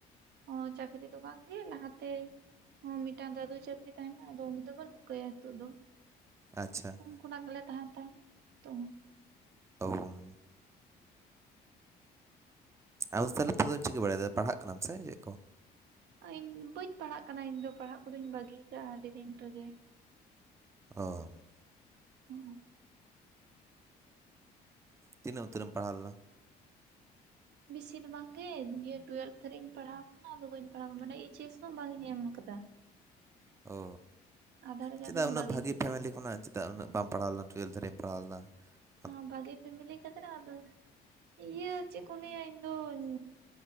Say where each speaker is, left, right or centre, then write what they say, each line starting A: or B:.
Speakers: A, on the right; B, on the right.
A: ᱚ ᱪᱟᱹᱠᱨᱤ ᱫᱚ ᱵᱟᱝᱜᱮ ᱞᱟᱦᱟᱛᱮ ᱦᱚᱸ ᱢᱤᱫᱴᱟᱝ ᱫᱟᱫᱩ ᱪᱟᱹᱠᱨᱤ ᱛᱟᱦᱮᱱᱟ ᱟᱫᱚ ᱩᱱᱤ ᱫᱚ ᱵᱟᱹᱱᱩᱜᱠᱟᱭᱟ ᱱᱤᱛᱚᱜ ᱫᱚ
B: ᱟᱪᱷᱟ ᱾
A: ᱠᱷᱚᱱᱟᱜ ᱜᱮᱞᱮ ᱛᱟᱦᱮᱱ ᱛᱟᱦᱮᱸᱱᱟ ᱛᱚ
B: ᱚᱢ <inaudible> ᱟᱫᱚ ᱛᱟᱦᱚᱞᱮ ᱱᱤᱛᱚᱜ ᱫᱚ ᱪᱤᱠᱟᱹ ᱵᱟᱲᱟᱭᱮᱫᱟ ᱯᱟᱲᱦᱟᱜ ᱠᱟᱱᱟᱢ ᱥᱮ ᱪᱮᱫ ᱠᱚ
A: ᱤᱧ ᱵᱟᱹᱧ ᱯᱟᱲᱦᱟᱜ ᱠᱟᱱᱟ ᱤᱧ ᱫᱚ ᱯᱟᱲᱦᱟᱜ ᱠᱚᱫᱚᱧ ᱵᱟᱹᱜᱤ ᱠᱟᱜ-ᱟ ᱟᱹᱰᱤ ᱫᱤᱱ ᱨᱮᱜᱮ
B: ᱚᱸ
A: <inaudible> ᱦᱩᱸ
B: ᱛᱤᱱᱟᱹᱜ ᱩᱛᱟᱹᱨᱮᱢ ᱯᱟᱲᱦᱟᱣ ᱞᱮᱱᱟ ᱾
A: ᱵᱮᱥᱤ ᱫᱚ ᱵᱟᱝᱜᱮ ᱱᱤᱭᱟᱹ ᱴᱩᱭᱮᱞᱵᱷ ᱫᱷᱟᱹᱨ ᱨᱮᱤᱧ ᱯᱟᱲᱦᱟᱣ ᱟᱠᱟᱱᱟ ᱟᱫᱚ ᱵᱟᱹᱧ ᱯᱟᱲᱦᱟᱣ ᱟᱠᱟᱱᱟ ᱢᱟᱱᱮ ᱮᱤᱪ ᱮᱥ ᱦᱚᱸ ᱵᱟᱝ ᱤᱧ ᱮᱢ ᱟᱠᱟᱫᱟ ᱾
B: ᱚ
A: ᱟᱫᱷᱟ ᱨᱮᱜᱮ
B: ᱪᱮᱫᱟᱜ
A: ᱟᱫᱚᱧ
B: ᱩᱱᱟᱹᱜ
A: ᱵᱟᱹᱜᱤ
B: ᱵᱷᱟᱹᱜᱤ
A: ᱠᱮᱫᱟ
B: ᱯᱷᱮᱢᱮᱞᱤ ᱾ ᱚᱱᱟ ᱪᱮᱫᱟᱜ ᱩᱱᱟᱹᱜ ᱵᱟᱢ ᱯᱟᱲᱟᱣᱱᱟ ᱴᱩᱭᱮᱞᱵᱷ ᱫᱷᱟᱨᱤᱢ ᱮᱢ ᱯᱟᱲᱟᱣ ᱞᱮᱱᱟ ᱾
A: ᱦᱚᱸ ᱵᱷᱟᱜᱤ ᱯᱷᱮᱢᱞᱤ ᱠᱟᱛ ᱨᱮ ᱫᱚ ᱾ ᱤᱭᱟᱹ ᱪᱮᱫ ᱠᱚ ᱞᱟᱹᱭᱟ ᱤᱧᱫᱚᱧ